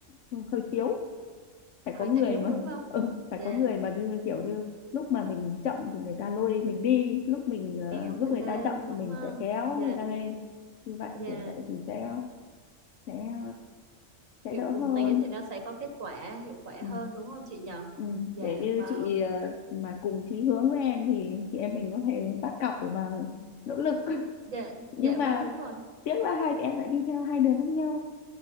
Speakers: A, on the left; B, on the right.
A: cũng hơi thiếu phải
B: hơi
A: có người
B: thiếu
A: mà
B: đúng không
A: ừ, phải
B: dạ
A: có người mà như kiểu như lúc mà mình chậm thì người ta lôi mình đi lúc mình ờ,
B: kéo mình
A: lúc người
B: lên
A: ta chậm
B: đúng
A: mình
B: không
A: sẽ kéo
B: dạ
A: người ta lên như vậy
B: dạ
A: kiểu vậy thì sẽ sẽ sẽ
B: kiểu
A: đỡ hơn
B: cùng tiến thì nó sẽ có kết quả hiệu quả
A: Ừ.
B: hơn đúng không chị nhờ
A: Ừ.
B: dạ
A: Kể như
B: vâng
A: chị ờ, mà cùng chí hướng với em thì chị em mình có thể bắt cặp để mà nỗ lực <laughs>
B: dạ
A: nhưng
B: dạ vâng
A: mà
B: đúng rồi
A: tiếc là hai chị em lại đi theo hai đường khác nhau